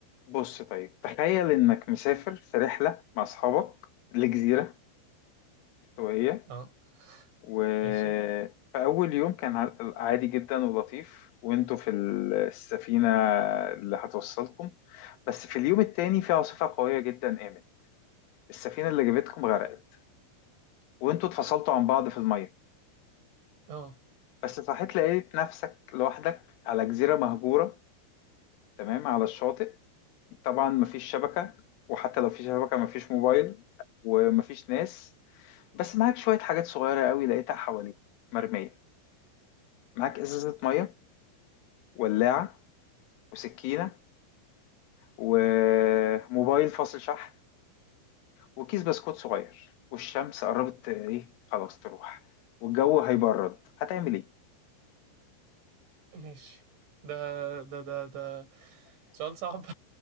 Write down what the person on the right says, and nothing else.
اه
ماشي
أف-
اه
ماشي ده ده ده ده سؤال صعب